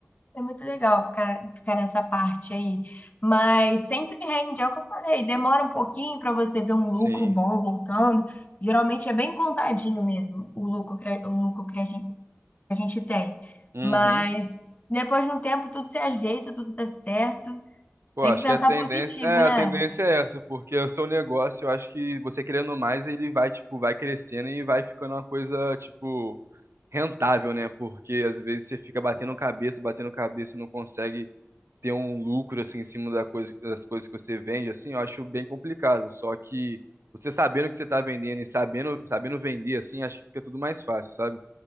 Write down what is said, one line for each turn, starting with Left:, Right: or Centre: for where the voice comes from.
Left: é muito legal ficar, ficar nessa parte aí. Mas sempre rende, é o que eu falei, demora um pouquinho para você ver um
Right: sim,
Left: lucro bom voltando. Geralmente é bem contadinho mesmo o lucro, que- o lucro que a gente, que a gente tem.
Right: uhum.
Left: Mas depois de um tempo tudo se ajeita, tudo dá certo.
Right: Pô,
Left: Tem
Right: acho
Left: que pensar
Right: que a tendência,
Left: positivo,
Right: é,
Left: né?
Right: a tendência é essa, porque o seu negócio, eu acho que você querendo mais, ele vai, tipo, vai crescendo e vai ficando uma coisa, tipo, rentável, né? Porque às vezes você fica batendo cabeça, batendo cabeça e não consegue ter um lucro assim em cima da coisa- das coisas que você vende, assim, eu acho bem complicado. Só que você sabendo o que você tá vendendo e sabendo, sabendo vender, assim, acho que fica tudo mais fácil, sabe?